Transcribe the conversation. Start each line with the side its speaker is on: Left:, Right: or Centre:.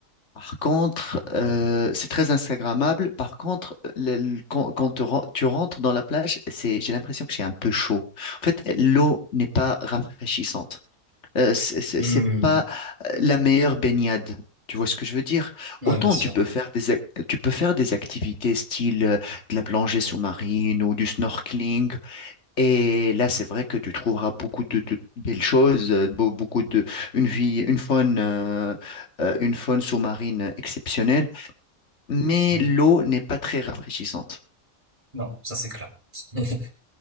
Left: Par contre, euh, c'est très instagrammable. Par contre, le- le- quand, quand te ren- tu rentres dans la plage, c'est, j'ai l'impression que c'est un peu chaud. En fait, l'eau n'est pas rafraîchissante euh, c'est c'est-
Right: Hmm.
Left: c'est pas euh, la meilleure baignade. Tu vois ce que je veux dire?
Right: Ouais,
Left: Autant
Right: bien sûr.
Left: tu peux faire des, ac- tu peux faire des activités style euh, de la plongée sous-marine ou du snorkeling. Et là, c'est vrai que tu trouveras beaucoup de, de belles choses, euh, beau- beaucoup de, une vie, une faune, euh, euh, une faune sous-marine exceptionnelle. Mais
Right: Hmm.
Left: l'eau n'est pas très rafraîchissante.
Right: Non, ça c'est clair. <laughs> Mais